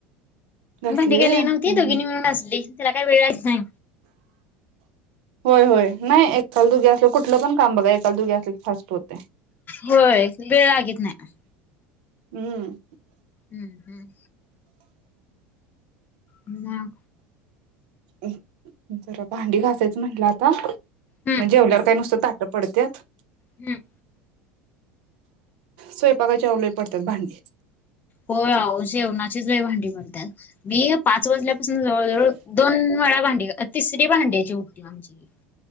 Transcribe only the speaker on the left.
भांडी
काय लई
नव्हती दोघीनी
मिळून घासली त्याला काय वेळ लागत नाही.
होय वेळ लागेत नाही.
हम्म हम्म. हम्म ना.
हम्म
हम्म.
होय आव जेवणाचीच लय भांडी म्हणतात मी पाच वाजल्यापासून जवळजवळ दोन वेळा भांडी अ तिसरी भांड्याची बुट्टी आमची ही.